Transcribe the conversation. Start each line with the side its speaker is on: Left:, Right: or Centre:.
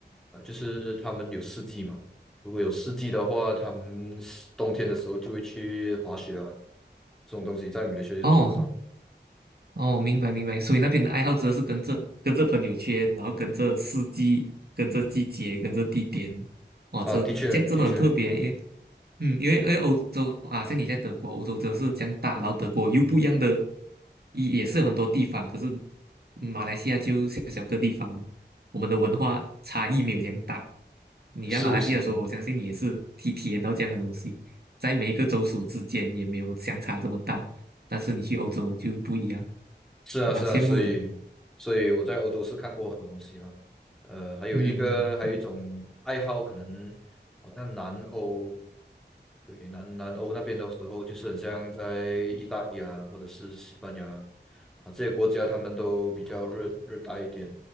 Centre: 呃，就是他们有四季嘛。如果有四季的话，他们是冬天的时候就会去滑雪啊，这种东西在马来西亚就做不到。
Right: 哦哦，明白明白。所以那边的爱好者是跟着跟着朋友圈，然后跟着四季，跟着季节，跟着地点。哇，
Centre: 啊，
Right: 这这样真的很特别耶。
Centre: 的确，的确，
Right: 嗯，因为因为欧洲啊，像你在德国，欧洲真的是这样大，然后德国又不一样的，也也是有很多地方，可是马来西亚就小小个地方，我们的文化差异没有这样大。你在马来西亚的时候，
Centre: 是是是，
Right: 我相信你也是体体验到这样的东西，在每一个州属之间也没有相差这么大，但是你去欧洲就不一样，
Centre: 是啊，
Right: 蛮羡慕你。
Centre: 是啊，所以，所以我在欧洲是看过很多东西了。呃，还有一个，
Right: 嗯嗯啊
Centre: 还有一种爱好，可能好像南欧，对，南南欧那边的时候，就是很像在意大利啊，或者是西班牙啊这些国家，他们都比较热热带一点，